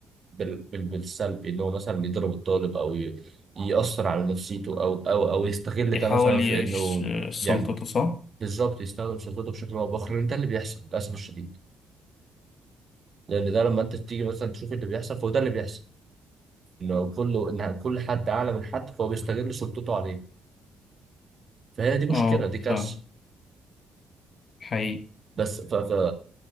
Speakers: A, on the right; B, on the left.
A: بال بال بالسلب إن هو مثلا يضرب الطالب أو ي- يأثر على نفسيته أو أو أو يستغل
B: يحاول
A: ده مثلا في
B: يعيش
A: إنه
B: آه، سلطته
A: يعني
B: صح
A: بالظبط يستخدم سلطته بشكل او باخر لان ده اللي بيحصل للاسف الشديد لان ده لما انت تيجي مثلا تشوف اللي بيحصل فهو ده اللي بيحصل انه كله ان كل حد اعلى من حد فهو بيستغل سلطته عليه فهنا دي مشكله
B: اه
A: دي كارثه
B: فاهم حقيقي
A: بس ف ف